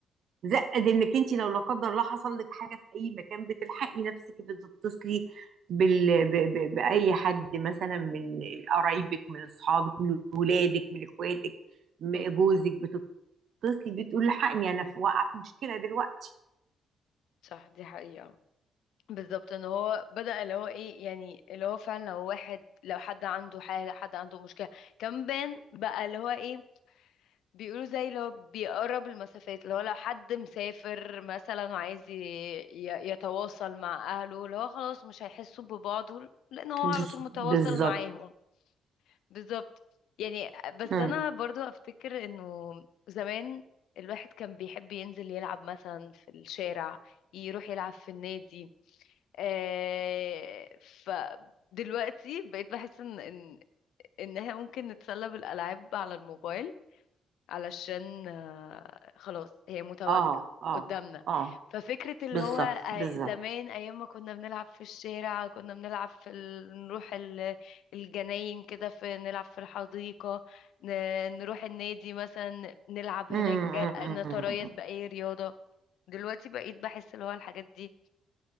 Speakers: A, on the right; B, on the left.
A: زائد انك انت لو لا قدر الله حصل لك حاجه في اي مكان بتلحقي نفسك بتتصلي بال... ب... ب... باي حد مثلا من قرايبك من اصحابك من ولادك من اخواتك من
B: مم.
A: جوزك بتتصلي بتقول لحقني انا في واقعه في مشكله دلوقتي
B: صح دي حقيقة بالظبط ان هو بدأ اللي هو ايه يعني اللي هو فعلا لو واحد لو حد عنده حاجة حد عنده مشكلة كان بان بقى اللي هو ايه بيقولوا زي اللي هو بيقرب المسافات اللي هو لو حد مسافر مثلا وعايز ي- ي- يتواصل مع أهله اللي هو خلاص مش هيحسوا ببعضه لأن هو
A: بز-
B: على طول متواصل
A: بالظبط
B: معاهم بالظبط يعني بس
A: مم.
B: أنا برضو أفتكر إنه زمان الواحد كان بيحب ينزل يلعب مثلا في الشارع يروح يلعب في النادي آه فدلوقتي بقيت بحس إن إن إنها ممكن نتسلى بالألعاب على الموبايل علشان آه، خلاص هي متواجدة
A: اه اه
B: قدامنا
A: اه
B: ففكرة اللي
A: بالظبط
B: هو آه،
A: بالظبط
B: زمان أيام ما كنا بنلعب في الشارع كنا بنلعب في ال... نروح ال... الجناين كده في نلعب في الحديقة ن... نروح النادي مثلا نلعب
A: مم،
B: هناك
A: مم، مم،
B: نتريض
A: مم،
B: بأي رياضة دلوقتي بقيت بحس اللي هو الحاجات دي